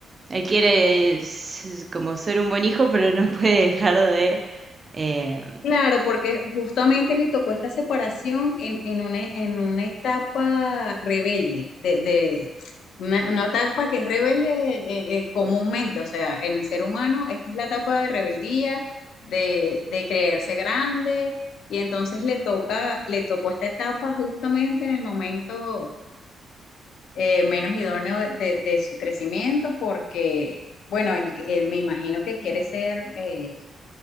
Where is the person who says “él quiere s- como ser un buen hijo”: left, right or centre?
Right